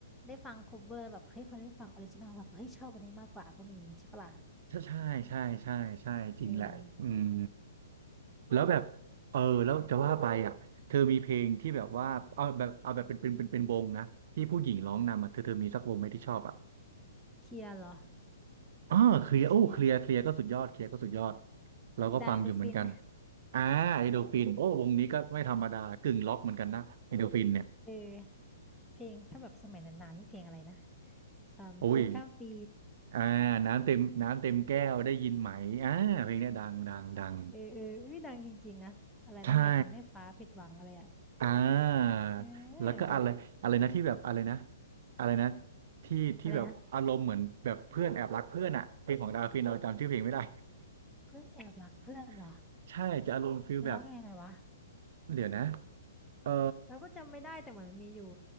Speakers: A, in the centre; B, on the right (about 50°).
A: ได้ฟังคเวอร์แบบเฮ้ยพอได้ฟังออริจินอลแบบเฮ้ยชอบอันนี้มากกว่าก็มีใช่ปะล่ะ
B: ใช่ใช่ใช่ใช่ใช่จริงแหละอืม
A: เออ
B: แล้วแบบเออแล้วจะว่าไปอ่ะเธอมีเพลงที่แบบว่าเอาแบบเอาแบบเป็นเป็นเป็นเป็นวงนะที่ผู้หญิงร้องนำอ่ะเธอเธอมีสักวงไหมที่ชอบอ่ะ
A: เคลียร์เหรอ
B: อ่าเคลียร์โอ้เคลียร์เคลียร์ก็สุดยอดเคลียร์ก็สุดยอด
A: วงเคลียร์
B: เราก็ฟังอยู่เหมือนกัน
A: ดาวอินดูฟิน
B: อ่าเอโดฟินโอ้วงนี้ก็ไม่ธรรมดากึ่งล็อกเหมือนกันนะเอโดฟินเนี่ย
A: เออเพลงถ้าแบบสมัยนานๆนี่เพลงอะไรนะเอ่อคืนข้ามปี
B: โอ้ยอ่าน้ำเต็มน้ำเต็มแก้วได้ยินไหมอ่าเพลงเนี้ยดังดังดัง
A: เออเออเอ้ยดังจริงๆนะอะไรนะอย่าทำให้ฟ้าผิดหวังอะไรอ่ะ
B: ใช่อ่า
A: เออ
B: แล้วก็อะไรอะไรนะที่แบบอะไรนะอะไรนะที่ที่แบบอารมณ์เหมือนแบบเพื่อนแอบรักเพื่อนอะเพลงของดาฟินเราจำชื่อเพลงไม่ได้
A: อะไรนะเพื่อนแอบรักเพื่อนเหรอ
B: <laughs> ใช่จะอารมณ์ฟิลแบบ
A: มันร้องยังไงวะ
B: เดี๋ยวนะเออ
A: เราก็จำไม่ได้แต่เหมือนมันมีอยู่